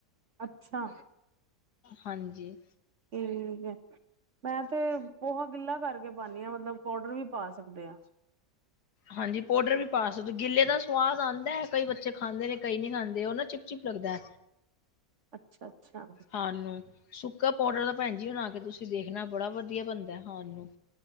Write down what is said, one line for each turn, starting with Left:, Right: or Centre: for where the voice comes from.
Right: ਅੱਛਾ
Left: ਹਾਂਜੀ
Right: ਠੀਹੈ ਹੈ ਮੈਂ ਤੇ ਪੋਹਾ ਗਿੱਲਾ ਕਰਕੇ ਪਾਦੀ ਹਾਂ ਮਤਲਬ ਪਾੋਡਰ ਵੀ ਪਾ ਸਕਦੇ ਹਾਂ
Left: ਹਾਂਜੀ ਪਾੋਡਰ ਵੀ ਪਾ ਸਕਦੇ ਗਿੱਲੇ ਦਾ ਸਵਾਦ ਆਉਂਦਾ ਹੈ ਕਈ ਬੱਚੇ ਖਾਂਦੇ ਨੇ ਕਈ ਨੀ ਖਾਂਦੇ ਉਹ ਨਾ ਚਿਪ ਚਿਪ ਲੱਗਦਾ
Right: ਅੱਛਾ ਅੱਛਾ
Left: ਹਾਨੁ ਸੁੱਕਾ ਪਾਊਡਰ ਤਾਂ ਭੈਣ ਜੀ ਬਣਾ ਕੇ ਤੁਸੀਂ ਦੇਖਣਾ ਬੜਾ ਵਧੀਆ ਬਣਦਾ ਹਾਨੁ